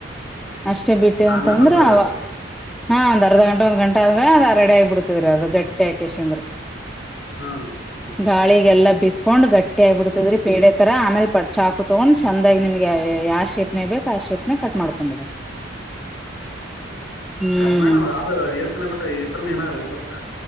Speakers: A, in the centre; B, on the left.
A: ಅಷ್ಟೇ ಬಿಟ್ಟೆ
B: ಆಮೇಲೆ
A: ಅಂತಂದ್ರ
B: ಅದು
A: ಅವ. ಹಾ ಒಂದ್ ಅರ್ಧ ಗಂಟಾ ಒಂದ್ ಗಂಟೆ ಅ ಅ ರೆಡಿ ಆಗ್ಬಿಡ್ತವ್ರ ಅದು ಗಟ್ಟಿ ಆಕೇಶ ಅಂದ್ರ.
B: ಹಾ
A: ಗಾಳಿಗೆಲ್ಲಾ ಬಿಕ್ಕೊಂಡ್ ಗಟ್ಟಿ ಆಗ್ಬಿಡ್ತದ್ರಿ ಪೇಡೆ ತರ ಆಮೇಲ್ ಪಡ್ತ. ಚಾಕು ತೊಗೊಂಡ್ ಚಂದಾಗಿ ನಿಮಗೆ ಯಾವ ಶೇಪ್ನೇ ಬೇಕು ಆ ಶೇಪ್ನಗ ಕಟ್ ಮಾಡ್ಕೊಂಡ್ ಬಿಡಿ. ಹ್ಮ್
B: ಕಟ್ ಮಾಡ ಅದು ಎಷ್ಟ ದಿನ ಬಿಟ್ರೆ ಇತರ್ನ ಏನಾಗಲ್ಲ ಏನ್ತ್ತ.